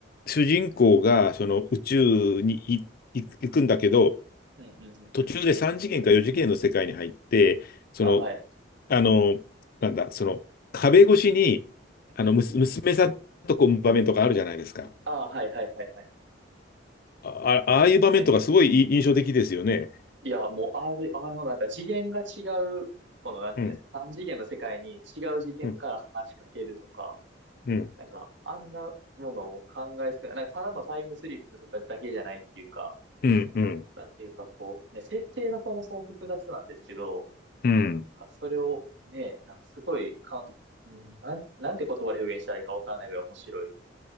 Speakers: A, on the left; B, on the right.
A: 主人公がその宇宙にいい行くんだけど、
B: うんうんうんうん。
A: 途中で3次元か4次元の世界に入って、その、
B: あ、はい。
A: あの、なんだ、その、壁越しに、
B: うん。
A: あの、むす娘さんとこう場面とかあるじゃないですか。
B: ああ、はいはいはいはい。
A: あ、あああいう場面とかすごいい印象的ですよね。
B: ありますね。いや、もう、あのあの、なんか次元が違う、この、なんていうんですか、
A: うん、
B: 三次元の世界に違う次元から話しかけるとか、
A: うん、うん、
B: なんか、あんなものを考えすくない、なんか、ただのタイムスリップとかだけじゃないっていうか、
A: うん、うん。
B: なんていうか、こう、ね、設定がそもそも複雑なんですけど、
A: うん
B: なんかそれをね、なんかすごい、かん、うんなんて、なんて言葉で表現したらいいかわからないぐらい面白い